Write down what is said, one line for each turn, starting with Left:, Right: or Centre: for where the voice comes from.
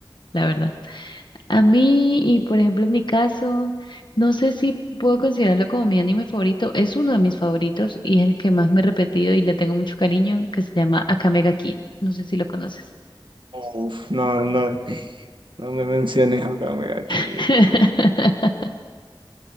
Left: la verdad. A mí, y por ejemplo en mi caso, no sé si puedo considerarlo como mi anime favorito, es uno de mis favoritos y es el que más me he repetido y le tengo mucho cariño, que se llama Akame ga Kill. No sé si lo conoces.
Right: Uf, no, no, no me menciones a Kame ga Kill,
Left: <laughs>
Right: uf.